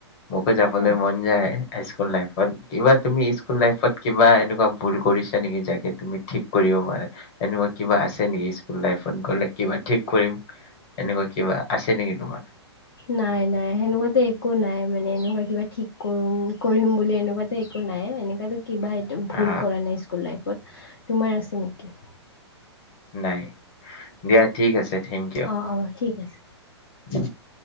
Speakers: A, on the left (about 30°); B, on the left (about 50°).
A: মোকে যাবলৈ
B: আচ্ছা
A: মন যায় স্কুল লাইত কিবা তুমি স্কুল লাইফত কিবা এনেকুৱা ভুল কৰিছা নেকি যে তুমি ঠিক কৰিব পাৰা এনেকুৱা কিবা আছে নেকি স্কুল লাইফত গলে কিবা ঠিক কৰিম এনেকুৱা কিবা আছে নেকি তোমাৰ
B: নাই নাই সেনেকুৱাতো একো নাই মানে এনেকুৱা কিবা ঠিক কৰম কৰিম বুলি এনেকুৱাতে একো নাই এনেকুৱাতো কিবা ভুল
A: অ
B: কৰা নাই স্কুল লাইফ প তোমাৰ আছে নেকি
A: নাই দিয়া ঠিক আছে থেংক ইউ
B: অঁ অঁ ঠিক আছে
A: হু